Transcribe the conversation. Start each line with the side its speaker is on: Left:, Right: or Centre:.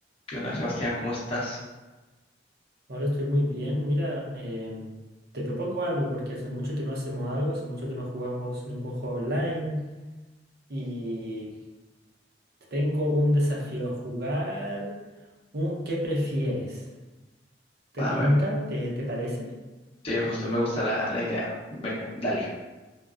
Left: ¿Qué onda, Sebastián? ¿Cómo estás?
Right: Ahora estoy muy bien. Mira, em, te propongo algo porque hace mucho que no hacemos algo, hace mucho que no jugamos ningún juego online y tengo un desafío, jugar un ¿qué prefieres? ¿Te
Left: Va,
Right: tinca?
Left: me-
Right: ¿Te, te parece?
Left: sí, justo me gusta la, la idea. Venga, dale.